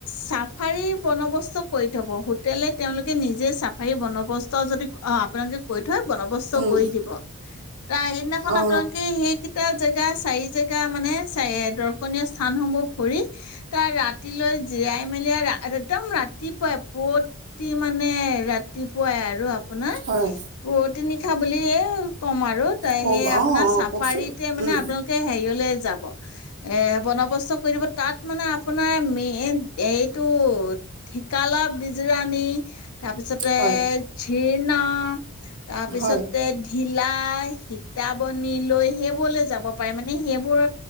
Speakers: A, on the left; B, on the right.
A: চাফাৰী বন্দবস্ত কৰি থব হোটেলে তেওঁলোকে নিজে চাফাৰী বন্দবস্ত যদি অ আপোনালোকে কৈ থয় বনবস্ত
B: উম
A: কৰি দিব আহ সেইদিনাখন
B: অ
A: আপোনালোকে সেইকেইটা জে জা চাৰি জেগা মানে চ দৰ্শনীয় স্থানসমূহ ভৰি তাৰ ৰাতিলৈ জিৰাই মেলি একদম ৰাতিপুৱাই পুৱতি মানে ৰাতিপুৱাই আৰু আপোনাৰ
B: হয়
A: পুৱতি পুৱতি নিশাতে নিশা বুলি এ কম আৰু আৰু ত
B: কম
A: সেই আপোনাৰ
B: অ অ
A: চাফাৰীতে
B: কওকচোন
A: মানে
B: উম
A: আপোনালোকে হেৰিয়লে যাব এ বন্দবস্ত কৰি দিব তাত মানে আপোনাৰ মেইন এইটো ঢিকালা বিজৰাণী তাৰপিছতে
B: হয়
A: না তাৰপিছত
B: হয়
A: তে ঢিল কলাই সীতাবনী লৈ সেইবোৰলৈ যাব পাৰে মানে সেইবোৰ